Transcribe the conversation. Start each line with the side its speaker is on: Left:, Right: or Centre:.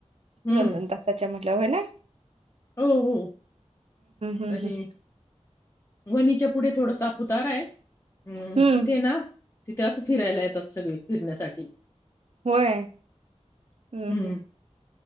Left: हं.
Right: दोन दोन तासाच्या मह नवना.
Left: हो हो
Right: हम्म
Left: आणि
Right: हम्म
Left: वनीच्या प पुढे थोड साप उतार हाय हुं
Right: हम्म
Left: तिथे ना तिथे असं फिरायला येतात सगळी फिरण्यासाठी.
Right: होय हुं
Left: हं.
Right: हुं